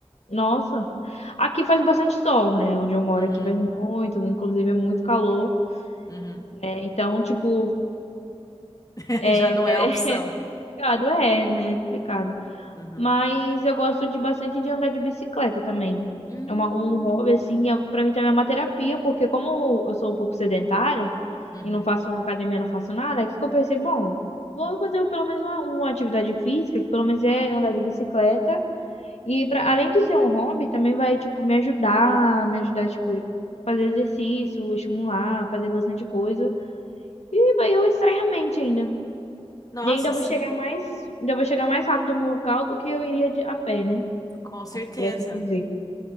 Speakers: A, on the left; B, on the left.
A: Nossa. Aqui faz bastante sol, né? Onde eu moro
B: Uhum,
A: aqui faz muito, inclusive é muito calor.
B: uhum.
A: É, Então, tipo,
B: <laughs>
A: é,
B: Já não
A: <laughs> é,
B: é a opção.
A: é complicado, é, né? É complicado.
B: Uhum.
A: Mas eu gosto de bastante de andar de bicicleta também.
B: Hum.
A: É uma, um hobby, assim, é, pra mim também é uma terapia, porque como eu sou um pouco sedentária
B: Uhum.
A: e não faço academia, não faço nada, aqui que eu pensei, bom, vou fazer pelo menos uma, uma atividade física, que pelo menos é andar de bicicleta. E pra, além de ser um hobby, também vai, tipo, me ajudar, me ajudar, tipo, fazer exercício, estimular, fazer bastante coisa. E vai eu distrair a mente ainda.
B: Nossa,
A: E ainda vou
B: sim,
A: chegar mais, ainda vou chegar mais rápido no local do que eu iria de, a pé, né?
B: com certeza.
A: As- Por assim dizer.